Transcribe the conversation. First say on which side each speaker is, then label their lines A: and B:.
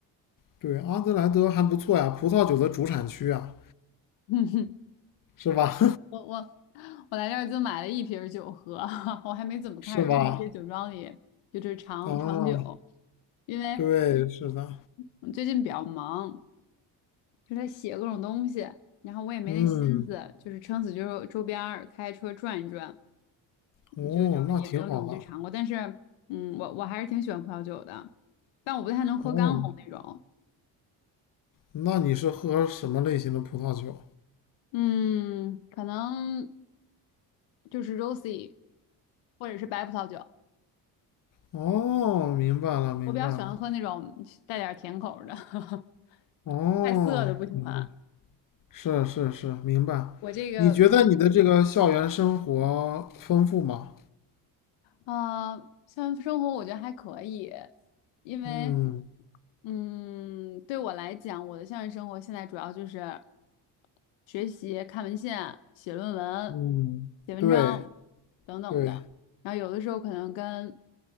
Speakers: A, on the left (about 45°); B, on the left (about 80°).
A: 对，阿德莱德还不错呀，葡萄酒的主产区啊，
B: <laughs>
A: 是吧？
B: 我我我来这儿就买了一瓶儿酒喝，<laughs> 我还没怎么开始去那些酒庄里，
A: <laughs> 是吧？
B: 就是尝尝酒，
A: 啊，
B: 因为
A: 对，是的。
B: 我最近比较忙，就在写各种东西，然后我也没那心思，
A: 嗯，
B: 就是撑死就是周边儿开车转一转，
A: 哦，
B: 就就也没有怎么去尝过。
A: 那挺好的。
B: 但是，嗯，我我还是挺喜欢葡萄酒的，但我不太能喝干红那种，
A: 哦，那你是喝什么类型的葡萄酒？
B: 嗯，可能就是 rosé 或者是白葡萄酒。
A: 哦，明白了，明白了。
B: 我比较喜欢喝那种带点儿甜口儿的，<laughs>
A: 哦，
B: 太涩的不喜欢。
A: 明白，是是是，明白。
B: 我这个
A: 你觉得你的这个校园生活丰富吗？
B: 啊，呃校园生活我觉得还可以，因为
A: 嗯，
B: 嗯，对我来讲，我的校园生活现在主要就是学习、看文献、写论文、
A: 嗯，
B: 写文章等等的。
A: 对对，
B: 然后有的时候可能跟